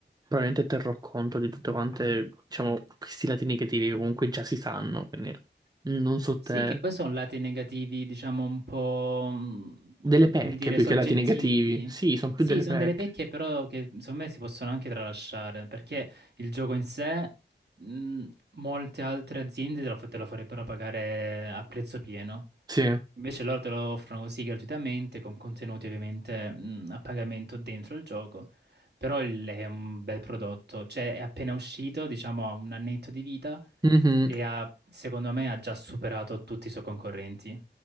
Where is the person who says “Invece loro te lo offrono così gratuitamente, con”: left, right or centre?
Right